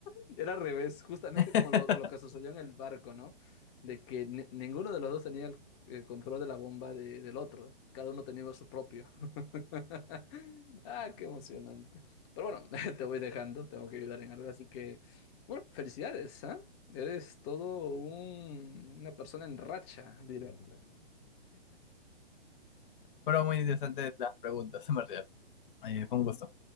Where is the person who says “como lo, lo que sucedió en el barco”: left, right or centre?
Left